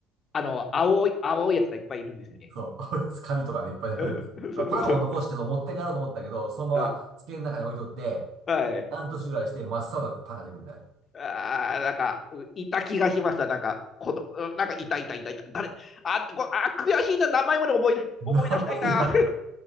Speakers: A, on the left; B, on the right.
A: あの、青い、青いやつがいっぱいいるんですよね。
B: そう、<laughs> 紙とかでいっぱいあるんです。
A: うんそうそうそう。
B: まあパンを残してそう持って帰ろうと思ったけど、そのまま机の中に置いとって、
A: うんはい。
B: 半年ぐらいして真っ青なパンが出てくるみたいな。
A: ああなんか、ういた気がしました、なんか、この、うんなんか、いたいたいたいた、誰、あ、こ、あ、悔しいな、名前まで思い出、
B: な、
A: 思い出したいな。
B: いや、